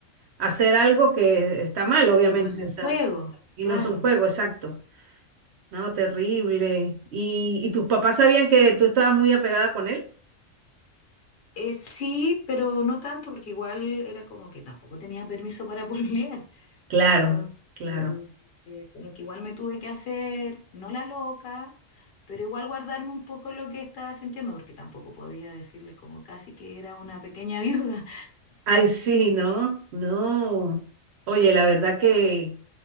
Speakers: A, on the right; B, on the left.
A: hacer algo que está mal, obviamente?
B: que no es un
A: O sea,
B: juego,
A: y
B: claro.
A: no es un juego, exacto. No, terrible. ¿Y, y tus papás sabían que tú estabas muy apegada con él?
B: Eh, sí, pero no tanto, porque igual era como que tampoco tenía permiso para <laughs> pololear.
A: Claro,
B: Entonces,
A: claro.
B: eh, eh, como que igual me tuve que hacer, no la loca, pero igual guardarme un poco lo que estaba sintiendo, porque tampoco podía decirles como casi que era una pequeña <laughs> viuda.
A: Ay, sí, no, no. Oye, la verdad que...